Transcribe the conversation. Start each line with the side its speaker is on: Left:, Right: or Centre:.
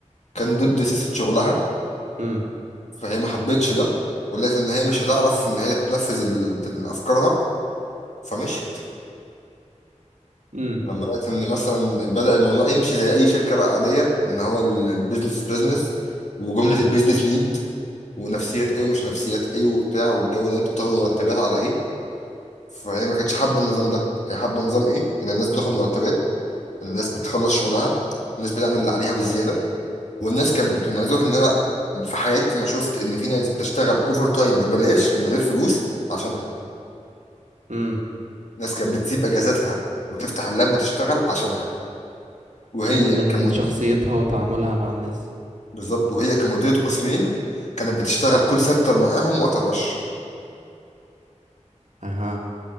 Left: كان ضد سياسه شغلها
Right: امم
Left: فهي ما حبتش ده ولقيت ان هي مش هتعرف ان هي تنفذ ال- افكارها فمشيت
Right: امم
Left: لما لقيت ان مثلا بدأ الموضوع يمشي زي اي شركه بقى عاديه ان هو البيزنس بيزنس وجمله البيزنس نيد ونفسيات ايه ومش نفسيات ايه وبتاع والجو ده انتوا بتاخدوا مرتبات على ايه فهي ما كانتش حابه النظام ده هي حابه نظام ايه ان الناس بتاخد مرتبات الناس بتخلص شغلها الناس بتعمل اللي عليها والزياده والناس كانت بت... انا عايز اقول لك ان انا في حياتي ما شفت ان في ناس بتشتغل اوفر تايم ببلاش من غير فلوس عشانها
Right: امم
Left: ناس كانت بتسيب اجازاتها وتفتح اللاب وتشتغل عشانها وهي
Right: من من
Left: كمد...
Right: شخصيتها وتعاملها مع الناس
Left: بالظبط وهي كمديرة قسمين كانت بتشتغل كول سنتر معاهم وقت الرش
Right: اها